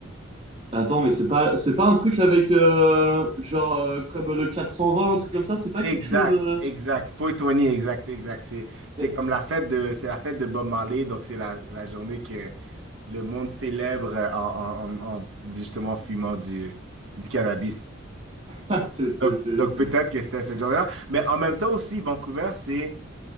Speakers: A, on the right; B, on the right.
A: Attends, mais c'est pas, c'est pas un truc avec, euh, genre, euh, comme le 420, un truc comme ça, c'est pas
B: Exact,
A: quelque chose. euh,
B: exact. 420, exact, exact. C'est, c'est
A: <laughs>
B: comme la fête de, c'est la fête de Bob Marley, donc c'est la, la journée que le monde célèbre en, en- en- en justement fumant du, du cannabis.
A: Ah, c'est, c'est,
B: Donc,
A: c'est,
B: donc
A: c'est-
B: peut-être que c'était cette journée-là. Mais en même temps aussi, Vancouver, c'est,